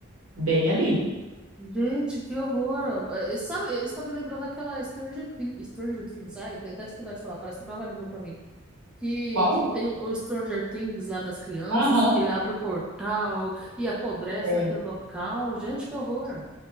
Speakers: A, on the right (about 75°); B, in the centre.
A: Bem ali.
B: Gente, que horror! Eh, Sabe, isso tá me lembrando aquela Stranger Things, Stranger Things, ai, tenho até dificuldade de falar, parece um trava-língua pra mim. que,
A: Qual?
B: que tem o Stranger Things lá das crianças,
A: Aham.
B: que abre o portal e apodrece
A: É.
B: naquele local. Gente, que horror.